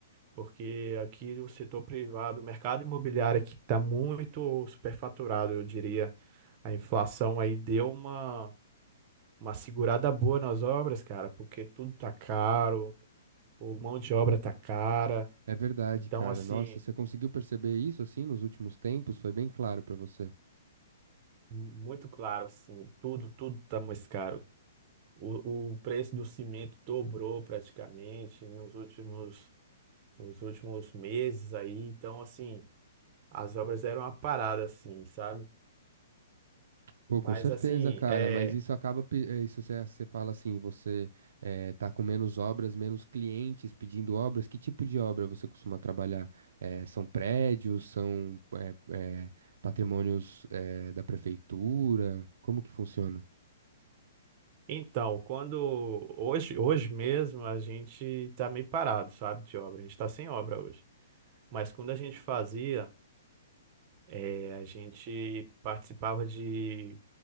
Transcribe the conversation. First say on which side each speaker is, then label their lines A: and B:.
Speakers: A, on the right; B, on the right.
A: porque aqui o setor privado, o mercado imobiliário aqui está muito superfaturado, eu diria. A inflação aí deu uma, uma segurada boa nas obras, cara, porque tudo tá caro, o mão de obra tá cara.
B: É verdade,
A: Então,
B: cara.
A: assim,
B: Nossa, você conseguiu perceber isso assim nos últimos tempos? Foi bem claro pra você.
A: mu- muito claro, assim, tudo, tudo tá mais caro. O, o preço do cimento dobrou praticamente nos últimos, nos últimos meses aí. Então, assim, as obras eram uma parada, assim, sabe?
B: Pô,
A: Mas,
B: com certeza,
A: assim,
B: cara,
A: é...
B: mas isso acaba, pe- eh, isso você você fala assim, você eh, tá com menos obras, menos clientes pedindo obras, que tipo de obra você costuma trabalhar? Eh, são prédios, são eh, eh, patrimônios eh, da prefeitura? Como que funciona?
A: Então, quando... Hoje, hoje mesmo, a gente tá meio parado, sabe, de obra. A gente tá sem obra hoje. Mas quando a gente fazia, é, a gente participava de